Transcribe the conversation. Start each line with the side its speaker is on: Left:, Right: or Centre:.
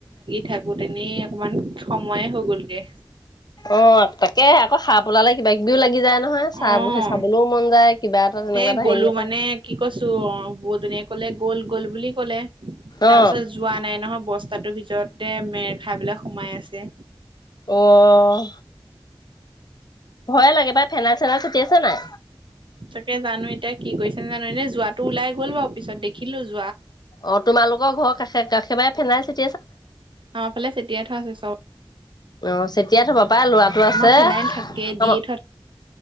Right: থাকো, তেনেই অকমান সময়ে হৈ গ'লগে
Left: অঁ, তাকে আকৌ সাপ উলালে কিবা- কিবিও লাগি যায় নহয়। চাব
Right: অঁ,
Left: চাবলৈও মন যায় কিবা এটা তেনেকুৱা
Right: এ
Left: এটা
Right: গলো
Left: হেৰি এটা
Right: মানে, কি কৈছো? বৌজনীয়ে ক'লে গ'ল গ'ল বুলি ক'লে, তাৰপিছত
Left: অ
Right: যোৱা নাই নহয়। বস্তাটোৰ ভিতৰতে মেৰ খাই পেলাই সোমাই আছে।
Left: অঁ--হ ভয়ে লাগে পাই। ফেনাইল-চেনাইল চটিয়াইছ' নাই?
Right: তাকে জানো এতিয়া, কি কৰিছে জানো? এনেই যোৱাটো ওলাই গ'ল
Left: অঁ, তোমালোকৰ ঘৰ কাষে, কাষেফালে ফেনাই চে
Right: আমাৰ ফালে চেতিয়াই থোৱা আছে চবত্‌।
Left: অঁ, চেতিয়াই থ'বা পাই ল'ৰাটো আছে।
Right: আমাৰ ফেনাইল থাকে
Left: অম
Right: দিয়ে থোৱা